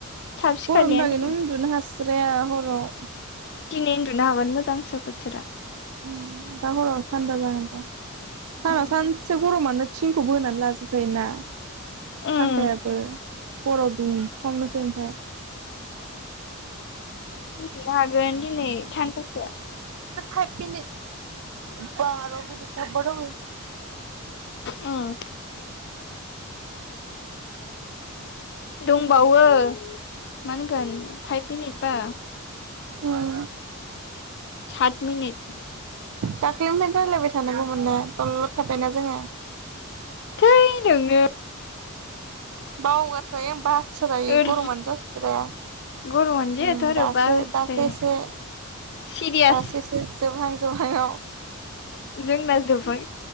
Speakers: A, on the left; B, on the right.
A: थाब सिखारनायानो
B: गरम थाखायनो
A: दिन
B: उन्दुनो हास स्राया हराव
A: दिनै उन्दुनो हागोन मोजांसो बोथोरा
B: उम दा हराव थान्दा जागोनथ' साना
A: उम
B: सानसे गरमानो सिंखौ बोनानै लाजोबखायोना
A: ओं
B: फाखायाबो हराव दुंखावनोसै ओमफाय
A: उनदुनो हागोन दिनै थानदासो
B: खायपिनि बाराव बि दिथा ब'
A: उम दंबावो मा होनगोन फाइभ मिनिट बा
B: उम
A: सात मिनिट
B: दाख्ललिनिफ्रायनो राय्लायबाय थानांगौमोन ना थलद थाबायना जोङो
A: थै नोंनो
B: बावगास्रायो बास्रायो
A: ओर
B: गरमानो जास्राया
A: गरमानो जायाथ'
B: उम
A: आरो
B: दासो
A: बा होस्रायो
B: दासो एसे
A: सिरियास
B: दासोसो जोबहां जोबहांवाव
A: जोंना जोबबाय